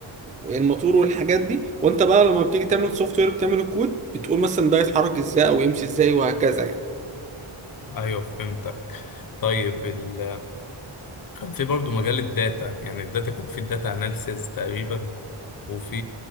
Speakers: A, on the right; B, on the left.
A: والموتور والحاجات دي وانت بقى لما بتيجي تعمل سوفت وير بتعمل الكود بتقول مثلا ده يتحرك ازاي او يمشي ازاي وهكذا يعني
B: ايوه فهمتك طيب ال... كان في برضه مجال الداتا يعني الداتا كان في الداتا اناليسيز تقريبا وفي